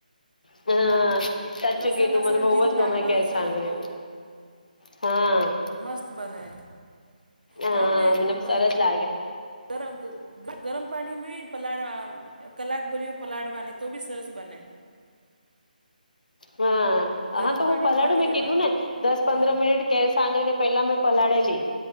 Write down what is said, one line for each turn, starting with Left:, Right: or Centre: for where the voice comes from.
Left: હા. સાચું
Right: લસન-લસન,
Left: કીધું મને બહુ
Right: જીરું
Left: જ
Right: નાખવાનું
Left: ગમે કેળ
Right: સરસ
Left: સાંગરી
Right: બહુ.
Left: હા.
Right: મસ્ત બને.
Left: હા
Right: તો આપણે <unintelligible>
Left: મને સરસ લાગે
Right: <inaudible> ગરમ પાણી મે પલાળવા, કલાક <unintelligible> પલાળવાની તો બી સરસ બને.
Left: હા.
Right: ગરમ
Left: હા તો
Right: પાણીમાં
Left: હું પલાળું,
Right: નાખી
Left: મેં
Right: દેવાની
Left: કીધું ને. દસ પંદ્રહ
Right: હા
Left: મિનિટ કેર સાંગરી ને પેલા મે પલાળેલી.